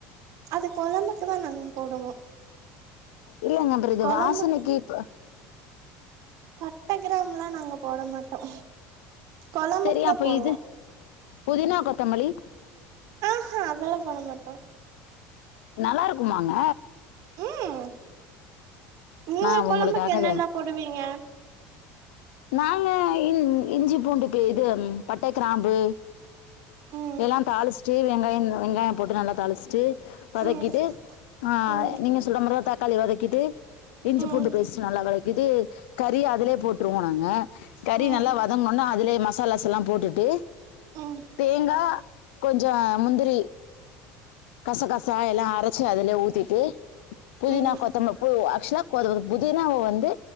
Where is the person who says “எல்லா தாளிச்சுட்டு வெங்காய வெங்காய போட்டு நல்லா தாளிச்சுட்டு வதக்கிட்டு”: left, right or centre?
Left